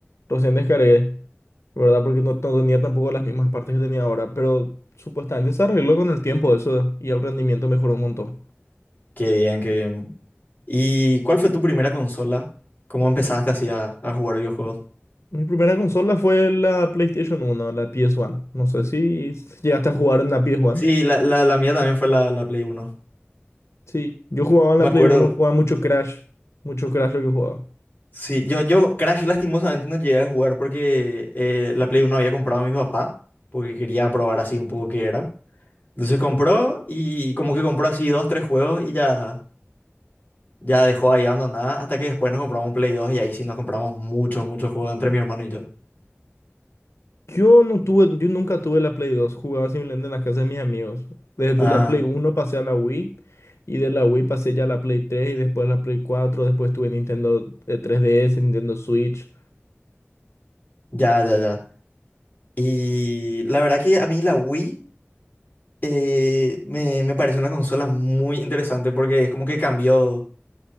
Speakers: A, on the left; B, on the left.
A: recién descargué. ¿verdad? Porque no, no tenía tampoco las mismas partes que tenía ahora, pero supuestamente se arregló con el tiempo eso y el rendimiento mejoró un montón.
B: Qué bien, qué bien. ¿Y cuál fue tu primera consola? ¿Cómo empezaste así a, a jugar videojuegos?
A: Mi primera consola fue la PlayStation uno la PS1. No sé si llegaste a jugar en la PS1.
B: Sí, la, la, la mía también fue la, la Play uno
A: Sí, yo jugaba en
B: Me
A: la
B: acuerdo,
A: Play uno jugaba mucho Crash, mucho Crash lo que jugaba.
B: Sí, yo, yo Crash lastimosamente no llegué a jugar porque eh, la Play Uno había comprado a mi papá, porque quería probar así un poco qué era. Entonces compró y como que compró así dos, tres juegos y ya, ya dejó ahí abandonada hasta que después nos compramos un Play 2 y ahí sí nos compramos muchos, muchos juegos entre mi hermano y yo.
A: Yo no tuve, yo nunca tuve la Play dos jugaba simplemente en las casas de mis amigos. Desde
B: Ah,
A: la Play uno pasé a la Wii y de la Wii pasé ya a la Play tres y después a la Play cuatro después tuve Nintendo eh, 3DS, Nintendo Switch.
B: ya, ya, ya. Y la verdad que a mí la Wii eh, me, me parece una consola muy interesante porque es como que cambió,